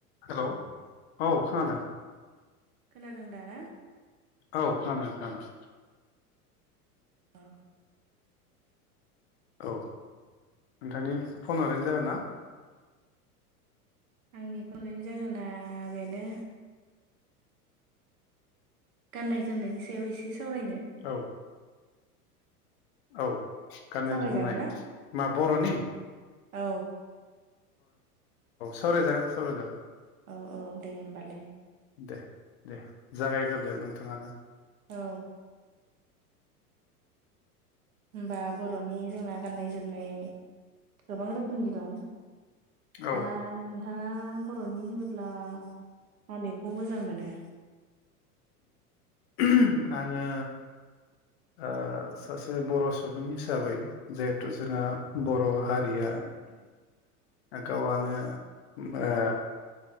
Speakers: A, on the left; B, on the right.
A: हेलौ औ खोनादों
B: खोनादों दा ना
A: औ खोनोदों खोनोदों
B: औ
A: औ नोंथांनि फन हरनायनि जाहोना
B: आंनि फन हरनायनि जाहोना बेनो गाननाय जोमनायनि सायाव एसे सावरायनो
A: औ औ गाननाय
B: सावरायजागोन
A: जोमनाय
B: ना
A: मा बर'नि औ
B: औ
A: सावरायोजागोन सावरायोजागोन
B: औ औ दे होमबालाय
A: दे दे जागायग्रोदो नोंथाङानो
B: औ होमबा बर'नि जोंना गाननाय जोमनाय गोबां रोखोमनि दं
A: औ
B: दा नों थाङा बर'नि होनोब्ला माबेखौ मोजां मोनो।
A: उ आङो ओ सासे बर सुबुं हिसाबै जिहेथु जोंहा बर' हारिया गावानो उम ओ